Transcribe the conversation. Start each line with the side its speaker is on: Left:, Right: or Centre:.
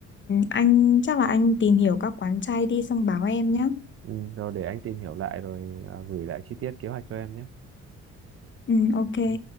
Left: anh chắc là anh tìm hiểu các quán chay đi xong báo em nhé
Right: ừ, rồi để anh tìm hiểu lại rồi à, gửi lại chi tiết kế hoạch cho em nhé
Left: ừ ok
Right: Ừ.